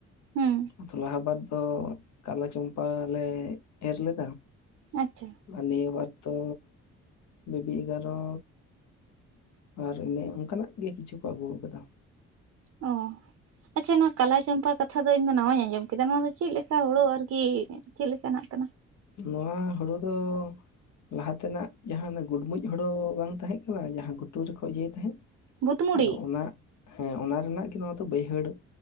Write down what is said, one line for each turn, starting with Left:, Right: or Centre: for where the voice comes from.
Right: ᱦᱩᱸ
Left: ᱛᱚ ᱞᱟᱦᱟ ᱵᱟᱫ ᱫᱚ ᱠᱟᱞᱟ ᱪᱚᱢᱯᱟ ᱞᱮ ᱮᱨ ᱞᱮᱫᱟ᱾
Right: ᱟᱪᱪᱷᱟ᱾
Left: ᱟ ᱱᱤᱭᱟᱹ ᱵᱟᱨ ᱛᱚ ᱵᱚᱵᱤ ᱮᱜᱟᱨᱚ᱾ ᱟᱨ ᱚᱱᱮ ᱚᱱᱠᱟᱱᱟᱜ ᱜᱮ ᱠᱤᱪᱷᱩ ᱠᱚ ᱟᱹᱜᱩᱣ ᱟᱠᱟᱫᱟ᱾
Right: ᱚᱸ ᱟᱪᱪᱷᱟ ᱱᱚᱣᱟ ᱠᱟᱞᱟ ᱪᱟᱢᱯᱟ ᱠᱟᱛᱷᱟ ᱫᱚ ᱤᱧ ᱫᱚ ᱱᱟᱣᱟᱧ ᱟᱸᱡᱚᱢ ᱠᱮᱫᱟ ᱱᱚᱣᱟ ᱫᱚ ᱪᱤᱜ ᱞᱮᱠᱟ ᱦᱳᱲᱳ ᱟᱨᱠᱤ ᱪᱮ ᱞᱮᱠᱟ ᱱᱟᱜ ᱠᱟᱱᱟ?
Left: ᱱᱚᱣᱟ ᱦᱳᱲᱳ ᱫᱚ ᱞᱟᱦᱟ ᱛᱮᱱᱟᱜ ᱡᱟᱦᱟᱸ ᱚᱱᱟ ᱜᱩᱲᱢᱩᱡᱽ ᱦᱳᱲᱳ ᱵᱟᱝ ᱛᱟᱦᱮᱸᱜ ᱠᱟᱱᱟ ᱡᱟᱦᱟᱸ ᱜᱷᱩᱴᱩ ᱨᱮᱠᱚ ᱤᱭᱟᱹᱭ ᱛᱟᱦᱮᱸᱫ᱾
Right: ᱵᱷᱩᱛᱢᱩᱲᱤ
Left: ᱟᱫᱚ ᱩᱱᱟᱹᱜ ᱦᱮᱸ, ᱚᱱᱟ ᱨᱮᱱᱟᱜ ᱜᱮ ᱱᱚᱣᱟ ᱫᱚ ᱵᱟᱹᱭᱦᱟᱹᱲ